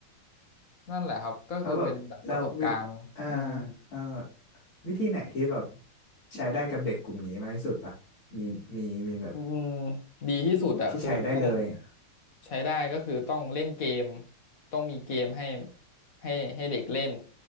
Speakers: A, on the left (about 45°); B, on the left (about 85°).
A: นั่นแหละครับก็คือเป็นแบบประสบการณ์อืม
B: แล้วแบบแล้ววิอ่าเอ่อวิธีไหนที่แบบใช้ได้กับเด็กกลุ่มนี้มากที่สุดปะมีมีมีแบบ
A: อืมดีที่สุดอะคือต้อง
B: ที่ใช้ได้เลยอะ
A: ใช้ได้ก็คือต้องเล่นเกมต้องมีเกมให้ให้ให้เด็กเล่น